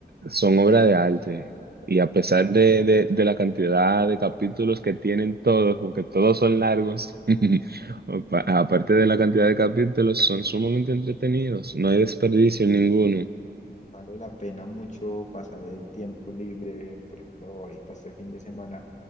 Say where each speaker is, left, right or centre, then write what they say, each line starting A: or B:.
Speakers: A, on the right; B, on the left.
A: Son obras de arte
B: Ujú.
A: y a pesar de, de- de la cantidad de capítulos que tienen todos, porque todos son largos, <laughs> pa- aparte de la cantidad de capítulos, son sumamente entretenidos, no hay desperdicio en ninguno.
B: Vale la pena mucho pasar el tiempo libre, por ejemplo, ahorita este fin de semana.